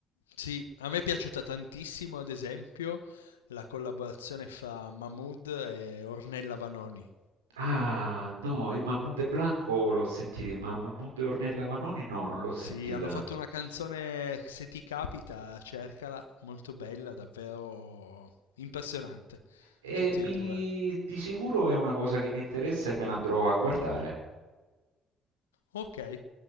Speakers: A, on the left (about 80°); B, on the right (about 85°).
A: Sì, a me è piaciuta tantissimo, ad esempio, la collaborazione fra Mahmood e Ornella Vanoni.
B: Ah, no, io Mahmood e Blanco l'ho sentito, ma Mahmood e Ornella Vanoni no, non l'ho sentita.
A: Sì, hanno fatto una canzone, se ti capita, cercala, molto bella, davvero impressionante,
B: E
A: tutti
B: mi,
A: e due.
B: di sicuro è una cosa che mi interessa e me la andrò a guardare.
A: Ok,